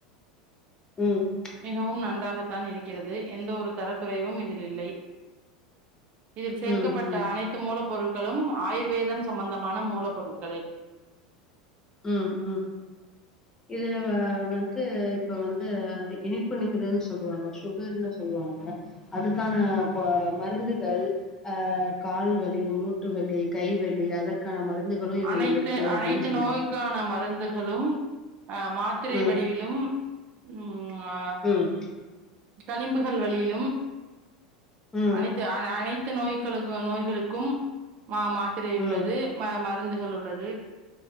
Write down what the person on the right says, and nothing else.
மிகவும் நன்றாகத்தான் இருக்கிறது எந்த ஒரு தரக்குறைவும் இதில் இல்லை இதில் சேர்க்கப்பட்ட
அனைத் த்து மூலப்பொருட்களும் ஆயுர்வேதம் சம்பந்தமான மூலப்பொருட்களே
அனைத்து
அனைத்து
நோய்க்கான மருந்துகளும் அ மாத்திரை
வடிவிலும் ம் அ
களிம்புகள் வழியிலும்
அனைத்து அனைத்து நோய்க்களு நோய்களுக்கும் ம மா த்திரை உள்ளது
ம மருந்துகள் உள்ளது